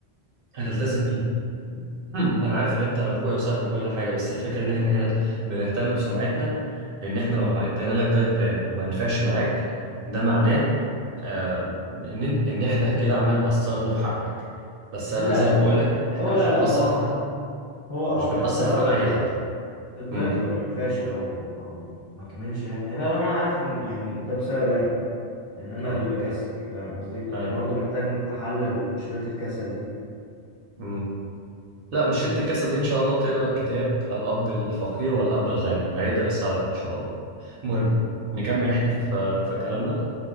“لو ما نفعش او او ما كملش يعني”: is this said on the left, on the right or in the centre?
Left